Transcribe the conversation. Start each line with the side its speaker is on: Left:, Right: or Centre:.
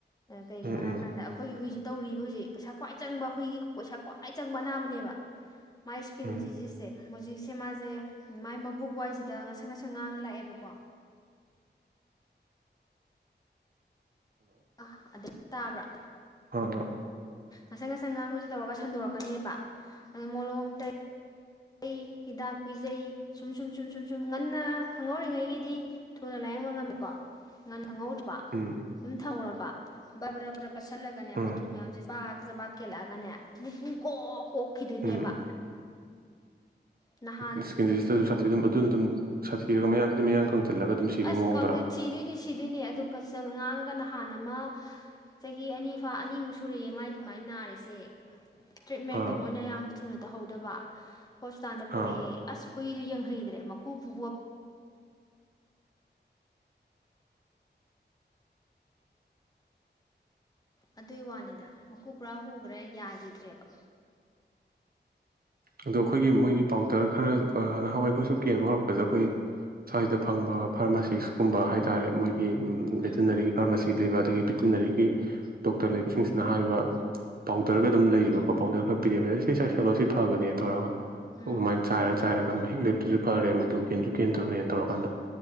Left: ꯀꯩꯒꯤꯅꯣ
Right: ꯎꯝ ꯎꯝ
Left: ꯍꯥꯏꯔꯀꯥꯟꯗ ꯑꯩꯈꯣꯏꯒꯤ ꯍꯨꯏꯁꯤ ꯇꯧꯔꯤꯕ ꯍꯧꯖꯤꯛ ꯄꯩꯁꯥ ꯈ꯭ꯋꯥꯏ ꯆꯪꯕ ꯍꯈꯣꯏꯒꯤ ꯄꯩꯁꯥ ꯈ꯭ꯋꯥꯏ ꯆꯪꯕ ꯑꯅꯥꯕꯅꯦꯕ ꯃꯥꯏ ꯏꯁ꯭ꯀꯤꯟ
Right: ꯎꯝ
Left: ꯖꯤꯖꯤꯁꯁꯦ ꯍꯧꯖꯤꯛꯁꯦ ꯃꯥꯁꯦ ꯃꯥꯏ ꯃꯕꯨꯛ ꯋꯥꯏꯁꯤꯗ ꯉꯁꯥ ꯉꯁꯪ ꯉꯥꯡꯅ ꯂꯥꯛꯑꯦꯕꯀꯣ ꯀ ꯑ ꯑꯗ ꯇꯥꯕ꯭ꯔꯥ
Right: ꯑ ꯑ
Left: ꯑꯁꯪ ꯉꯁ ꯉꯥꯡ ꯃ ꯇꯧꯔꯒ ꯁꯟꯗꯣꯔꯛꯀꯅꯦꯕ ꯑꯗꯣ ꯃꯣꯂꯣꯝꯇ ꯄꯖꯩ ꯍꯤꯗꯥꯛ ꯄꯤꯖꯩ ꯁꯨꯝ ꯁꯨꯝ ꯁꯨꯝ ꯁꯨꯝ ꯁꯨꯝ ꯉꯟꯅ ꯈꯪꯍꯧꯔꯤꯉꯩꯒꯤꯗꯤ ꯊꯨꯅ ꯂꯥꯏꯌꯦꯡꯕ ꯉꯝꯃꯦꯀꯣ ꯉ ꯈꯪꯍꯧꯗꯕ
Right: ꯎꯝ
Left: ꯑꯗꯨꯝ ꯊꯧꯔꯕ ꯔꯕꯔꯕꯔ ꯄꯠꯁꯜꯂꯒꯅꯦ
Right: ꯎꯝ
Left: ꯃꯇꯨ ꯃꯌꯥꯝꯁꯦ ꯃ ꯀꯦꯜꯂꯛꯑꯒꯅꯦ ꯃꯛꯨꯡ ꯀꯣꯛ ꯀꯣꯛꯈꯤꯗꯣꯏꯅꯦꯕ
Right: ꯎꯝ
Left: ꯅꯍꯥꯟ
Right: ꯏꯁꯀꯤꯟ ꯗꯤꯖꯤꯁꯇꯁꯨ ꯁꯥꯊꯤ ꯑꯗꯨꯝ ꯑꯗꯨꯅ ꯑꯗꯨꯝ ꯁꯥꯊꯤꯔꯒ ꯃꯌꯥꯗꯨꯗꯤ ꯃꯌꯥꯡ ꯀꯪꯁꯤꯜꯂꯒ ꯑꯗꯨꯝ ꯁꯤꯕꯒꯤ
Left: ꯑꯁ
Right: ꯃꯑꯣꯡꯗꯔꯥ
Left: ꯀꯪꯦ ꯊꯤꯗꯣꯏꯅꯤ ꯁꯤꯗꯣꯏꯅꯦ ꯑꯗꯨꯣ ꯉꯥꯡꯉꯒ ꯅꯍꯥꯟ ꯑꯃ ꯆꯍꯤ ꯑꯅꯤꯐꯥ ꯑꯅꯤꯃꯨꯛ ꯁꯨꯔꯛꯑꯦ ꯃꯥꯏ ꯑꯗꯨꯃꯥꯏꯅ ꯅꯥꯔꯤꯁꯦ ꯇ꯭ꯔꯤꯠꯃꯦꯟꯗ
Right: ꯑꯥ
Left: ꯃꯣꯏꯅ ꯌꯥꯝ ꯊꯨꯅ ꯇꯧꯍꯧꯗꯕ ꯍꯣꯁꯄꯤꯇꯥꯜꯗ ꯄꯣꯔꯛꯑꯦ
Right: ꯑꯥ
Left: ꯑꯁ ꯍꯨꯏꯗꯨ ꯌꯦꯡꯍꯩꯗ꯭ꯔꯦ ꯃꯀꯨ ꯄꯨꯕ ꯑꯗꯨꯏ ꯋꯥꯅꯤꯗ ꯃꯀꯨ ꯄꯨꯔꯥ ꯍꯨꯈ꯭ꯔꯦ ꯌꯥꯈꯤꯗ꯭ꯔꯦꯕ
Right: ꯑꯗꯣ ꯑꯩꯈꯣꯏꯒꯤ ꯃꯣꯏꯒꯤ ꯄꯥꯎꯗꯔ ꯈꯔ ꯍꯋꯥꯏ ꯑꯩꯈꯣꯏꯁꯨ ꯀꯦꯟꯕ ꯍꯧꯔꯛꯄꯗ ꯑꯩꯈꯣꯏ ꯁ꯭ꯋꯥꯏꯁꯤꯗ ꯐꯪꯕ ꯐꯥꯔꯃꯥꯁꯤꯁꯀꯨꯝꯕ ꯍꯥꯏ ꯇꯥꯔꯦ ꯃꯣꯏꯒꯤ
Left: ꯎꯝ
Right: ꯕꯦꯇꯤꯅꯔꯤꯒꯤ ꯐꯥꯔꯃꯥꯁꯤ ꯂꯩꯕ ꯑꯗꯒꯤ ꯚꯦꯇꯤꯅꯔꯤꯒꯤ ꯗꯣꯛꯇꯔ ꯂꯩꯕꯁꯤꯡꯁꯤꯅ ꯍꯥꯏꯕ ꯄꯥꯎꯗꯔꯒ
Left: ꯎꯝ
Right: ꯑꯗꯨꯝ ꯂꯩꯌꯦꯕꯀꯣ ꯄꯥꯎꯗꯔ ꯈꯔ ꯄꯤꯔꯑꯕ ꯑꯗꯣ ꯁꯤ ꯆꯥꯏꯁꯜꯂꯣ ꯁꯤ ꯐꯕꯅꯦꯅ ꯇꯧꯔꯒ
Left: ꯎꯝ
Right: ꯑꯗꯨꯃꯥꯏꯅ ꯆꯥꯏꯔ ꯆꯥꯏꯔꯒ ꯃꯍꯤꯛ ꯂꯩꯕꯇꯁꯨ ꯐꯔꯦ ꯇꯨ ꯀꯦꯟꯗ꯭ꯔ ꯀꯦꯟꯗ꯭ꯔꯕꯅꯦꯅ ꯇꯧꯔꯀꯥꯟꯗ